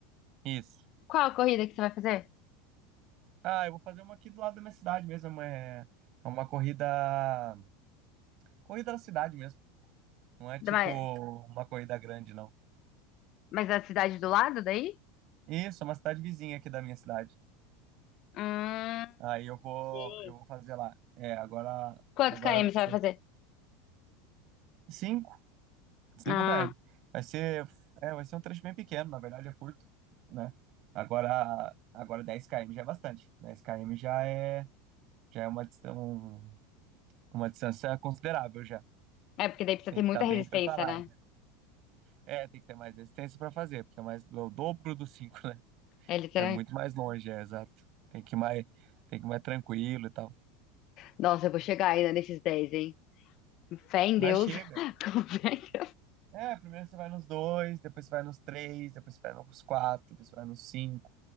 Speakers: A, on the right; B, on the left.
A: Isso.
B: Qual a corrida que você vai fazer?
A: Ah, eu vou fazer uma aqui do lado da minha cidade mesmo. É uma, é uma corrida. Corrida da cidade mesmo. Não é
B: Da-
A: tipo uma corrida grande, não.
B: Mas da cidade do lado daí?
A: Isso, é uma cidade vizinha aqui da minha cidade.
B: Ah,
A: Aí eu vou,
B: entendi.
A: eu vou fazer lá. É, agora,
B: Quantos
A: agora
B: km
A: vai
B: você vai
A: ser.
B: fazer?
A: Sim, cinco
B: Ah,
A: km. Vai ser, é, vai ser um trecho bem pequeno, na verdade é curto, né? Agora, agora 10 km já é bastante. dez km já é, já é uma, distan- um- uma distância considerável já.
B: é porque daí precisa
A: Tem
B: ter
A: que estar
B: muita
A: bem
B: resistência,
A: preparado.
B: né?
A: É, tem que ter mais resistência para fazer, porque é mais é o dobro do cinco né?
B: É literalmente.
A: É muito mais longe, é exato. Tem que ir mais, tem que ir mais tranquilo e tal.
B: Nossa, eu vou chegar ainda nesses 10, hein? Fé em
A: Mas
B: Deus.
A: chega.
B: <laughs> Com fé em Deus.
A: É, primeiro você vai nos dois, depois você vai nos três, depois você vai nos quatro, depois você vai nos cinco.